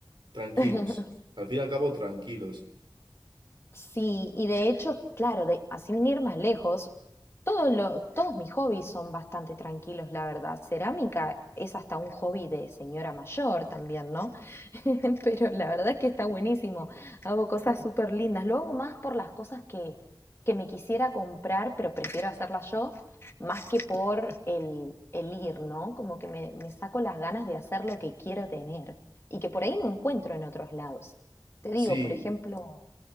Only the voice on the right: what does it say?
Tranquilos.
Al fin y al cabo, tranquilos.
Sí,